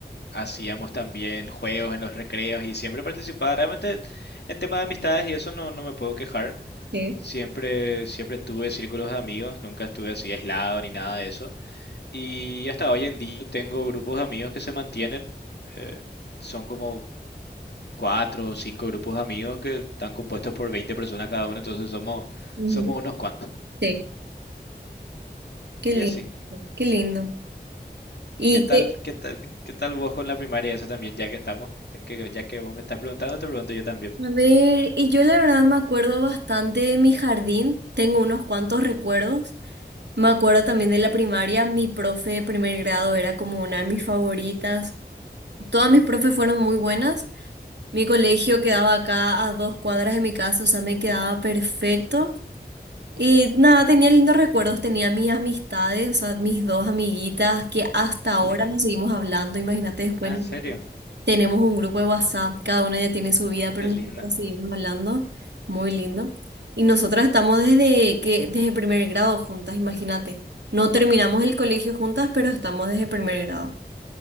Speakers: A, on the left; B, on the right.
A: hacíamos también juegos en los recreos y siempre participaba. Realmente en tema de amistades y eso no, no me puedo quejar.
B: Sí,
A: Siempre, siempre tuve círculos de amigos, nunca estuve así aislado ni nada de eso. Y hasta hoy en día tengo grupos de amigos que se mantienen. eh, son como cuatro o cinco grupos de amigos que están compuestos por 20 personas cada uno, entonces somos,
B: ujú,
A: somos unos cuantos.
B: sí. Qué
A: Y
B: lindo,
A: así.
B: qué lindo. Y
A: ¿Qué tal,
B: que,
A: qué tal, qué tal vos con la primaria eso también, ya que estamos? Es que ya que vos me estás preguntando, te pregunto yo también.
B: a ver, y yo la verdad me acuerdo bastante de mi jardín, tengo unos cuantos recuerdos. Me acuerdo también de la primaria, mi profe de primer grado era como una de mis favoritas. Todas mis profes fueron muy buenas. Mi colegio quedaba acá a dos cuadras de mi casa, o sea, me quedaba perfecto. Y nada, tenía lindos recuerdos, tenía mis amistades, o sea, mis dos amiguitas que hasta ahora
A: <laughs>
B: nos seguimos hablando. Imagínate, después
A: Ah,
B: nosotros
A: ¿en serio?
B: tenemos un grupo de WhatsApp, cada una ya tiene su vida, pero
A: Qué lindo.
B: nosotras seguimos hablando, muy lindo. Y nosotras estamos desde que desde primer grado juntas, imagínate. No terminamos el colegio juntas, pero estamos desde primer grado.